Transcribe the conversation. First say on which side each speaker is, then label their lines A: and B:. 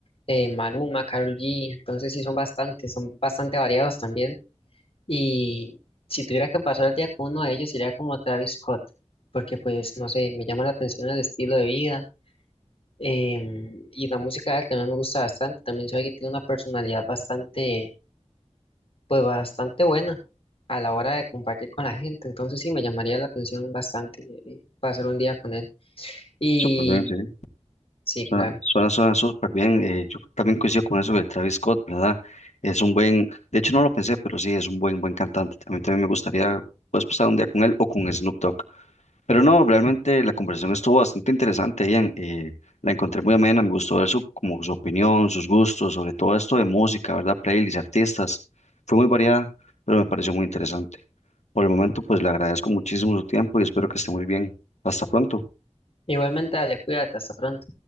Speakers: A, on the left (about 55°); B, on the left (about 75°).
A: eh, Maluma, Karol G. Entonces sí son bastantes, son bastante variados también. Y si tuviera que pasar el día con uno de ellos sería como Travis Scott, porque pues no sé, me llama la atención el estilo de vida. em, y la música de él también me gusta bastante. También sabe que tiene una personalidad bastante, pues bastante buena a la hora de compartir con la gente. Entonces sí me llamaría la atención bastante eh, pasar un día con él. Y
B: Súper bien, sí.
A: sí,
B: Suena,
A: claro.
B: suena, suena súper bien. Eh, yo también coincido con eso de Travis Scott, ¿verdad? Es un buen, de hecho no lo pensé, pero sí, es un buen, buen cantante. A mí también me gustaría, pues, pasar un día con él o con Snoop Dogg. Pero no, realmente la conversación estuvo bastante interesante, Ian. Eh, la encontré muy amena, me gustó ver su, como su opinión, sus gustos, sobre todo esto de música, ¿verdad? Playlists, artistas. Fue muy variada, pero me pareció muy interesante. Por el momento, pues, le agradezco muchísimo su tiempo y espero que esté muy bien. Hasta pronto.
A: Igualmente, dale, cuídate, hasta pronto.